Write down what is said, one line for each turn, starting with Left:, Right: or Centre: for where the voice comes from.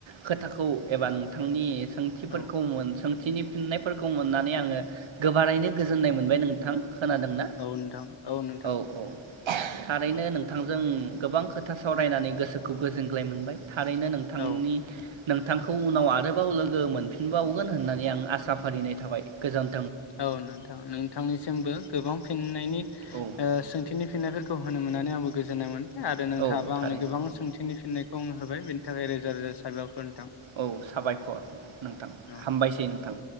Right: खोथाखौ एबा नोंथांनि। सोंथिफोरखौ
Left: औ
Right: <unintelligible> <unintelligible> फिननायफोरखौ मोननानै आङो गोबारैनो गोजोननाय। मोनबाय नोंथां। खोनादोंना
Left: औ नोंथां नोंथां
Right: औ औ <inaudible> थारैनो
Left: औ
Right: नोंथांजों गोबां खोथा सावरायनानै गोसो। गोजोनग्लाय मोनबाय। थारैनो नोंथांनि।
Left: औ
Right: नोंथांखौ उनाव आरोबाव लोगो मोनफिनबावगोन होननानै आं आसा फारिनाय थाबाय गोजोन।
Left: औ नोंथां नोंथांनिसिमबो। गोबां फिननायनि।
Right: औ
Left: ओ सोंथिनि फिननायफोर। खौ होनो मोन्नानै आंबो गोजोन्नायमोन। आरो नोंथाङाबो
Right: औ
Left: आंनो
Right: थारैनो
Left: गोबां सोंथिनि फिननाय। <unintelligible> होबाय बेनि थाखाय रोजा रोजा साबायखर नोंथां
Right: औ साबायखर नोंथां
Left: औ
Right: हामबायसै नोंथां।